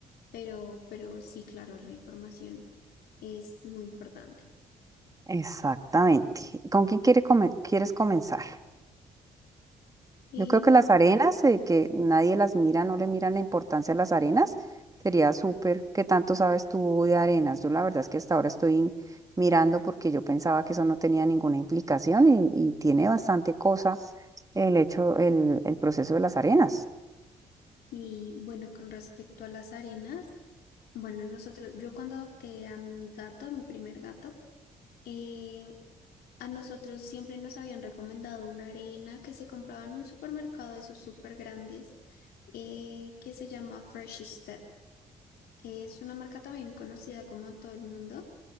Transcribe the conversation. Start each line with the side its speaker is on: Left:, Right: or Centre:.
Left: pero, pero sí, claro, la información es muy importante.
Right: Exactamente. ¿Y ¿Con quién quiere come- quieres comenzar?
Left: Em,
Right: Yo creo que las arenas, eh, que nadie las mira, no le miran la importancia a las arenas, sería súper. ¿Qué tanto sabes tú de arenas? Yo la verdad es que hasta ahora estoy in- mirando porque yo pensaba que eso no tenía ninguna implicación y, y tiene bastante cosa el hecho, el, el proceso de las arenas.
Left: y bueno, con respecto a las arenas, bueno, nosotros, yo cuando adopté a mi gato, mi primer gato, eh, a nosotros siempre nos habían recomendado una arena que se compraba en un supermercado de esos súper grandes, eh, que se llama Fresh Step. Es una marca también conocida como en todo el mundo.